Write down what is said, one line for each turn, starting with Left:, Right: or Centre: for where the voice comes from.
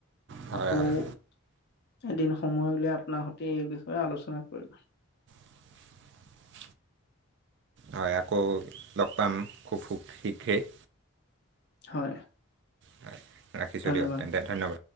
Right: হয়
Left: আকৌ
Right: হয়।
Left: এদিন সময় উলিয়াই আপোনাৰ সতে এই বিষয়ে আলোচনা কৰিম।
Right: <inaudible> হয় আকৌ লগ পাম খুব শীঘ্ৰেই।
Left: হয়।
Right: হয় ৰাখিছোঁ
Left: ধন্যবাদ
Right: দিয়ক তেন্তে ধ